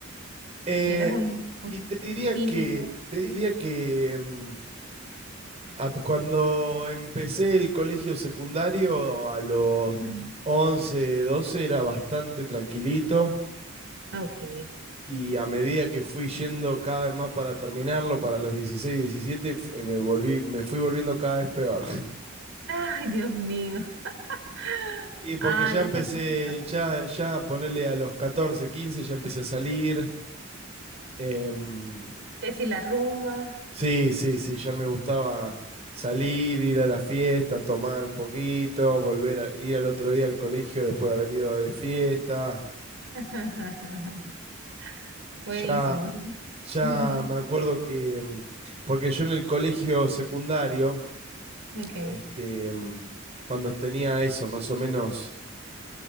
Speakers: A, on the right; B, on the right.
A: Eh,
B: ¿Eras un,
A: y,
B: un
A: y te diría
B: tímido?
A: que, te diría que, mm, Ap- Cuando empecé el colegio secundario, a los
B: Ujú.
A: 11, 12 era bastante tranquilito
B: Ok.
A: y a medida que fui yendo cada vez más para terminarlo, para los 16, 17 fu- eh, me volví, me fui volviendo cada vez peor. <laughs>
B: Ay, Dios mío. <laughs>
A: Y porque
B: Ay,
A: ya empecé,
B: esas cosas pasan.
A: ya, ya ponerle a los 14, 15 ya empecé a salir. em,
B: Que si la rumba.
A: Sí, sí, sí, ya me gustaba salir, ir a la fiesta, tomar un poquito, volver a ir al otro día al colegio después de haber ido de fiesta.
B: <laughs> Buenísimo.
A: Ya,
B: sí.
A: ya
B: Ujú,
A: me acuerdo que, mm, porque yo en el colegio secundario,
B: Ok.
A: este, mm, cuando tenía eso, más o menos